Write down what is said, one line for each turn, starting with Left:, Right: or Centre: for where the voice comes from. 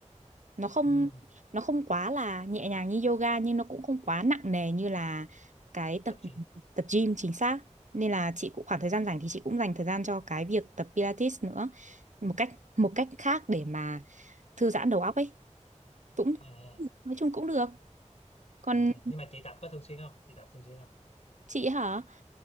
Right: Nó không
Left: ừ,
Right: nó không quá là nhẹ nhàng như yoga nhưng nó cũng không quá nặng nề như là cái tập
Left: tập gym
Right: tập gym chính xác. Nên là chị cũng khoảng thời gian rảnh thì chị cũng dành thời gian cho cái việc tập Pilates nữa. Một cách một cách khác để mà thư giãn đầu óc ấy. Cũng
Left: à,
Right: nói chung cũng được. Còn
Left: à, nhưng mà chị tập có thường xuyên không chị tập thường xuyên không
Right: chị hả?